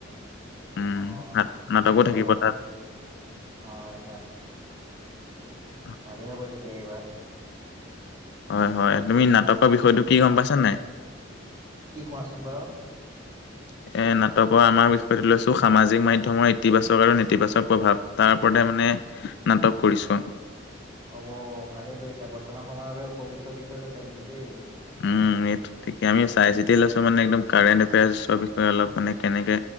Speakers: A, on the left; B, on the right.
A: উম।
B: অ
A: নাটকো
B: সেইটো
A: থাকিব
B: হয় বাৰু
A: তাত।
B: হয়
A: <inaudible>
B: ভালে হ'ব তেতিয়া এইবাৰ।
A: হয় হয়। তুমি নাটক বিষয়টো কি গম পাইছা নাই?
B: কি, কোৱাচোন বাৰু?
A: <inaudible> এ নাটকৰ আমাৰ বিষয়টো লৈছো, সামাজিক মাধ্যমৰ ইতিবাচক আৰু নেতিবাচক প্ৰভাৱ। তাৰ ওপৰতে মানে নাটক কৰিছো।
B: হব, ভালে কৰি আছা। বৰ্তমান সময়ৰ বাবে উপযুক্ত বিষয় লৈছা কিন্তু দেই।
A: উম, এইটো ঠিকে আমি চাই চিতি লৈছো মানে একদম কাৰেণ্ট এফেয়াৰ্চ অ বিষয়ে অলপ মানে কেনেকে